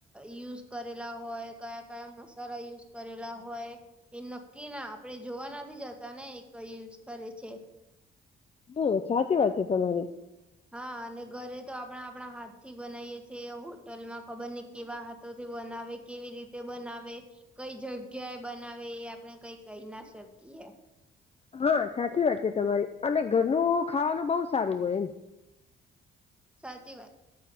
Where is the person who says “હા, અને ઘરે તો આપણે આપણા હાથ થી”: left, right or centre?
Centre